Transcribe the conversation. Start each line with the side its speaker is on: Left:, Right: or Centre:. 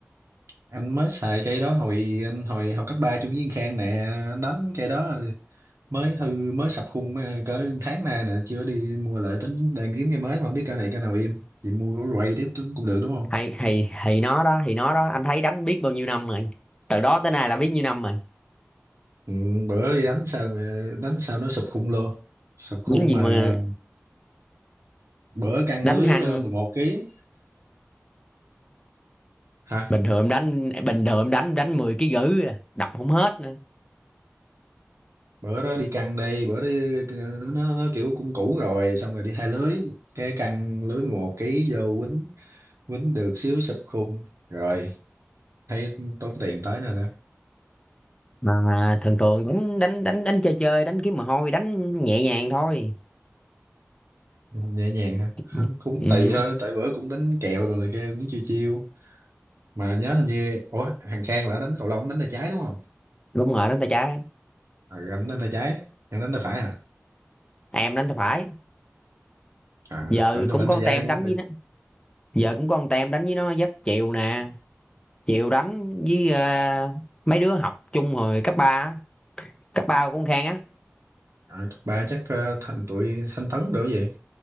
Right: anh mới xài cây đó hồi anh hồi học cấp ba chung với thằng Khang nè anh đánh cây đó mới hư mới sập khung mới- ờ, cỡ tháng nay nè chưa đi mua lại tính đang kiếm cái mới mà không biết cái này cái nào im chị mua của Ray tiếp cũng cũng được đúng không
Left: hay thì thì nó đó thì nó đó anh thấy đánh biết bao nhiêu năm rồi từ đó tới nay là biết nhiêu năm rồi
Right: ừ, bữa đi đánh sao ờ, đánh sao nó sập khung luôn sập khung
Left: những gì
Right: mà
Left: mà
Right: bữa căng
Left: đánh
Right: lưới
Left: hăng
Right: ờ, mười một ký hả
Left: bình thường em đánh bình thường em đánh đánh 10 ký gữ à, đập không hết nữa
Right: bữa đó đi căng đây bữa đó nó, nó nó kiểu cũng cũ rồi xong rồi đi hai lưới cái căng lưới 11 ký vô quýnh quýnh được xíu sập khung rồi thấy tốn tiền tới nơi đó
Left: mà mà thường thường đánh đánh đánh đánh chơi chơi đánh kiếm mồ hôi đánh nhẹ nhàng thôi
Right: nhẹ nhàng hả
Left: ừ.
Right: không cũng
Left: Ừ.
Right: tùy thôi tại bữa cũng đánh kèo rồi này kia cũng chiêu chiêu mà nhớ hình như ủa thằng Khang là đánh cầu lông đánh tay trái đúng không
Left: đúng rồi đánh tay trái
Right: à, anh đánh tay trái chẳng đánh tay phải à
Left: em đánh tay phải
Right: à
Left: giờ
Right: tưởng đâu
Left: cũng
Right: đánh
Left: có
Right: tay
Left: con
Right: trái
Left: tem đánh với nó giờ cũng có con tem đánh với nó dắt chiều nè chiều đánh với ờ, mấy đứa học chung hồi cấp ba á. cấp ba cũng khang á
Right: à, cấp ba chắc ờ, thành tụi Thanh Tấn được gì